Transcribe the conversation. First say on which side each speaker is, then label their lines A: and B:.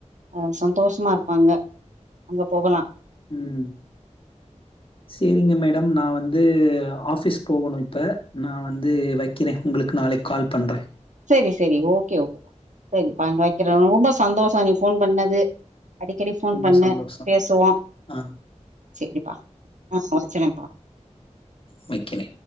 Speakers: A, on the right (about 80°); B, on the left (about 45°).
A: அ சந்தோஷமாருப்பாங்க அங்க போவலா
B: ம் செரிங்க மேடம் நா வந்து ஆஃபீஸ் போவணு இப்போ நா வந்து வை வைக்கிறே உங்களுக்கு நாளைக் கால் பண்றே
A: செரி செரி ஓகே ஓகே செரி வைக்கிறே ரொம்ப சந்தோஷோ நீ போன் பண்ணது அடிக்கடி ஃபோன்
B: ரொம்ப
A: பண்ணு
B: சந்தோஷம்.
A: பேசுவோ
B: ஆ.
A: செரிப்பா ஆ வச்சுரேன்ப்பா
B: வக்கிறே